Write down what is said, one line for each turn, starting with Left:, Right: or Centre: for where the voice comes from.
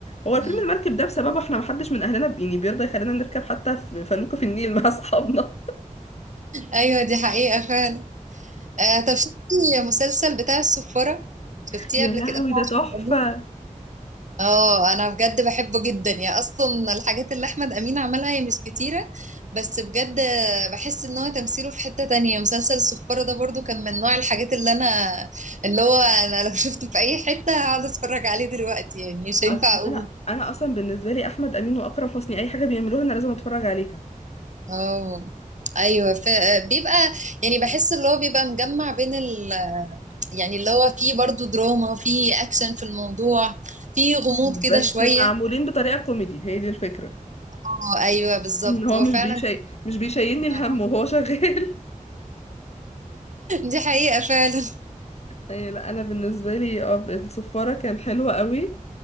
Left: هو الفيلم
Right: إمم،
Left: المركب ده بسببه احنا محدش من اهلنا ب- يعني بيرضى يخلينا نركب حتى في فلوكة في النيل مع اصحابنا
Right: أيوه دي حقيقة فعلًا. آآ طَب شُفتِ مسلسل بتاع الصفارة؟
Left: <laughs>
Right: شُفتيه
Left: يا
Right: قبل
Left: لهوي
Right: كده بتاع
Left: ده تحفة
Right: أحمد أمين؟ اه انا بجد بحبه جدا يا اصلا الحاجات اللي احمد امين عملها هي مش كتيره بس بجد بحس ان هو تمثيله في حته تانية مسلسل السفاره ده برضو كان من نوع الحاجات اللي انا اللي هو انا لو شفته في اي حته هقعد اتفرج عليه دلوقتي يعني مش هينفع
Left: اصل
Right: اقوم
Left: انا انا اصلا بالنسبة لي احمد امين واكرم حسني اي حاجة بيعملوها انا لازم اتفرج عليها
Right: اه ايوه ف... بيبقى يعني بحس اللي هو بيبقى مجمع بين ال... يعني اللي هو فيه برضو دراما فيه اكشن في الموضوع فيه غموض
Left: بس
Right: كده شويه
Left: معمولين بطريقة كوميدي هي دي الفكرة
Right: اه ايوه بالظبط
Left: إن هو
Right: هو
Left: مش
Right: فعلا
Left: بيشي مش بيشيلني
Right: <laughs>
Left: الهم وهو شغال <laughs>
Right: دي حقيقة فعلا
Left: أي لا انا بالنسبه لي اه الصفاره كان حلوه قوي